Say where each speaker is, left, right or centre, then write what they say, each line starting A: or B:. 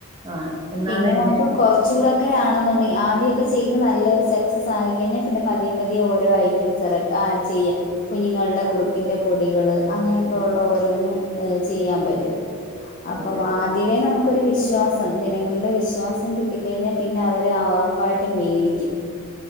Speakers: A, on the right; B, on the left.
A: ആ എന്നാണ്
B: പിന്നെ
A: എന്റെ
B: നമുക്ക്കുറച്ചുകൂടൊക്കെ ആണെന്നുണ്ടെങ്കിആദ്യക്കെ ചെയ്ത് നല്ലൊരു സക്സസ് ആയികഴിഞ്ഞാ പിന്നെപതിയെ പതിയെഓരോഐറ്റംസ്ഇറക്കാം ആ ചെയ്യാം
A: ആഗ്രഹം.
B: കുഞ്ഞുങ്ങളുടെ കുറുക്കിന്റെ പൊടികള് അങ്ങനൊക്കെഉള്ള
A: അതെ
B: ഓരോന്ന് ഏചെയ്യാൻപറ്റുംഅപ്പംആദ്യമേ
A: അതെ അതെ
B: നമുക്കൊരു വിശ്വാസം ജനങ്ങളുടെ വിശ്വാസം കിട്ടിക്കഴിഞ്ഞാൽപിന്നെഅവര്ആഉറപ്പായിട്ടുംവേടിക്കും